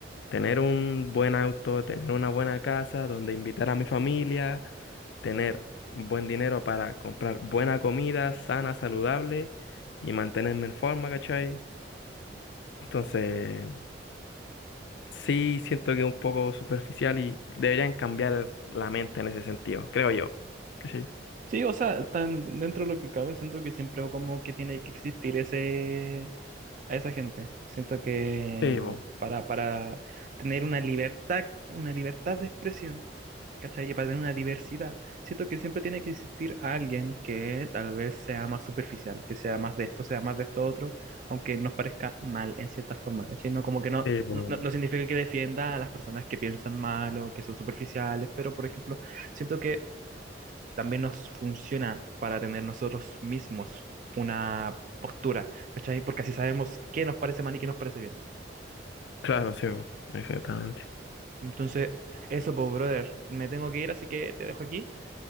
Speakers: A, on the left; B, on the right.
A: Tener un buen auto, tener una buena casa donde invitar a mi familia, tener buen dinero para comprar buena comida, sana, saludable y mantenerme en forma, ¿cachai? Entonces, sí siento que es un poco superficial y deberían cambiar la mente en ese sentido, creo yo. ¿Cachai?
B: Sí, o sea, tan dentro de lo que cabe, siento que siempre como que tiene que existir ese a esa gente. Siento que
A: Sí, po.
B: para, para tener una libertad, una libertad de expresión ¿Cachai? Y para tener una diversidad, siento que siempre tiene que existir alguien que tal vez sea más superficial, que sea más de esto, sea más de esto otro, aunque nos parezca mal en cierta forma, ¿cachai? No como que no,
A: Sí, po.
B: no, no no significa que defienda a las personas que piensan mal o que son superficiales, pero por ejemplo, siento que también nos funciona para tener nosotros mismos una postura, ¿cachai? Porque así sabemos qué nos parece mal y qué nos parece bien.
A: Claro, sí, po. Exactamente.
B: Entonces, eso, pues, brother, me tengo que ir, así que te dejo aquí.